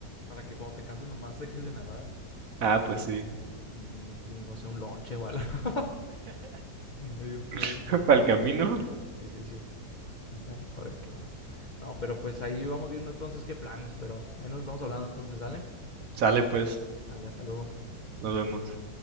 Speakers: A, on the left; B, on the right.
A: para que cuando te canses nomás <laughs> dejes de nadar
B: Ah, pues
A: y,
B: sí.
A: y- y no sé, un lonche o algo. <laughs> Medio, medio
B: <laughs>
A: camino.
B: Para el camino,
A: Sí, sí, sí. Mm, Ahí para ver qué onda. No, pero pues ahí vamos viendo entonces qué planes, pero ahí nos estamos hablando entonces, ¿sale?
B: sale pues.
A: Sale, hasta luego.
B: Nos vemos.